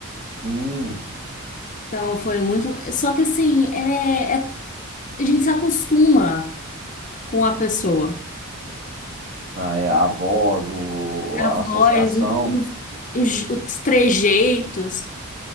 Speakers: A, on the right; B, on the left.
A: Hum,
B: Então foi muito. Só que assim, é, é- a gente se acostuma com a pessoa.
A: ah, é, a voz, o,
B: A
A: a
B: voz,
A: associação.
B: o- o- os, os trejeitos.